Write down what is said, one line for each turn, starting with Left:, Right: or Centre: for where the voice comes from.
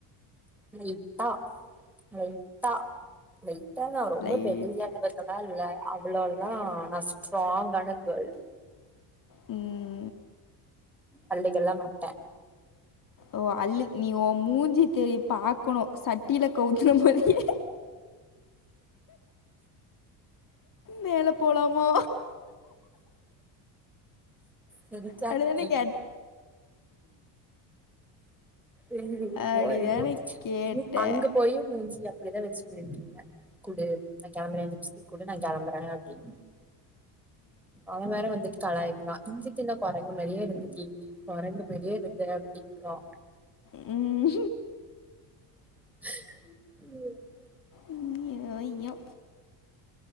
Centre: லைட்டா லைட்டா லைட்டா தா ரொம்ப
Left: லைட்
Centre: பெரிய அளவு கலால்ல அவ்ளோலா நா ஸ்ராங்கான கேள்
Left: ம்
Centre: அழ்ழுகல்லா மாட்டே
Left: ஓ அல்லு நீ ஓ மூஞ்சி தெரி பாக்கணு சட்டியில கவுத்த மாரியே மேல போலாமோ
Centre: தெரிச்சாகின்னு
Left: அப்படிதானே கேட்
Centre: ம்
Left: அப்படிதானே
Centre: போலா <unintelligible>
Left: கேட்ட
Centre: அங்க போயு மூஞ்சி அப்டிதா வெச்சு ம் இல்ல குடு நா கெளம்புற லிஃப்டிக் குடு நா கெளம்புற அப்டின் அவ வேற வந்துட்டு கலாய்ப்பா இஞ்சி தின்ன கோரங்கு மாரியே இருந்துட்டியேனி கொரங்கு மாரியே இருந்தே அப்டின்குறா
Left: ம்
Centre: ஐயோ
Left: ஐயோ ஐயோ